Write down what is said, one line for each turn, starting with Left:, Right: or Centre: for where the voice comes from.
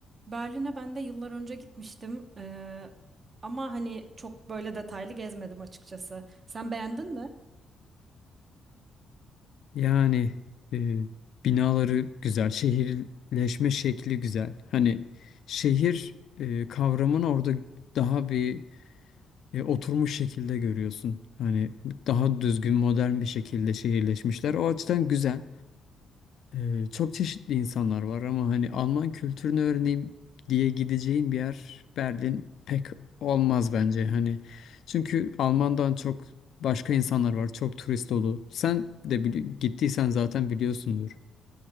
Right: Berlin'e ben de yıllar önce gitmiştim. Ee, ama hani çok böyle detaylı gezmedim açıkçası. Sen beğendin mi?
Left: Yani e, binaları güzel, şehirleşme şekli güzel. Hani şehir e, kavramını orada daha bir e, oturmuş şekilde görüyorsun. Hani daha düzgün, modern bir şekilde şehirleşmişler. O açıdan güzel. E, çok çeşitli insanlar var ama hani Alman kültürünü öğreneyim diye gideceğin bir yer Berlin pek olmaz bence. Hani çünkü Alman'dan çok başka insanlar var. Çok turist dolu. Sen de bili- gittiysen zaten biliyorsundur.